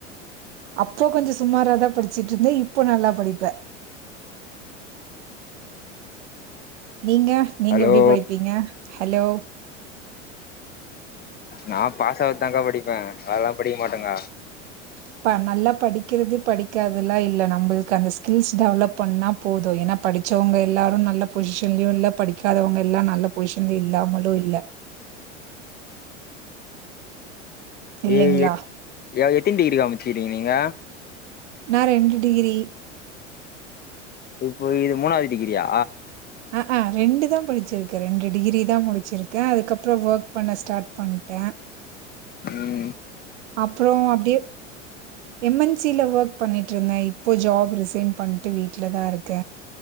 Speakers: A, on the right; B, on the left.
A: அப்போ கொஞ்சோ சுமாராதா படிச்சுட்டு இருந்த இப்போ நல்லா படிப்ப நீங்க நீங்க
B: ஹலோ
A: எப்புடி படிப்பீங்க ஹலோ
B: நா பாஸ் ஆவற தா க்கா படிப்ப நல்லால படிக்க மாட்டக்கா
A: <inaudible> நல்லா படிக்கிறது படிக்காதெல்லா இல்ல நம்மளுக்கு அந்த ஸ்கில்ஸ் டெவலப் பண்ணா போது ஏன்னா படி படிச்சவங்க எல்லாரு நல்ல பொசிஷன்லயு இல்ல படிக்காதவங்க எல்லா நல்ல பொசிஷன்லயு இல்லாமலு இல்ல <inaudible> இல்லைங்களா?
B: ஏ எத் எத்தினி டிகிரிகா முச்சிக்குறீங்க நீங்க
A: நா ரெண்டு டிகிரி
B: இப்போ இது மூணாவது டிகிரியா
A: அ, ஆ தான் படிச்சிருக்கேன். டிகிரி தான் முடிச்சிருக்கேன். அதுக்கப்புறம் வொர்க் பண்ண ஸ்டார்ட் பண்ட
B: உம்
A: அப்றோ அப்டியே எம் என் சி ல ஒர்க் பண்ணிட்டு இருந்த இப்போ ஜாப் ரிசைன் பண்ணிட்டு வீட்ல தா இருக்க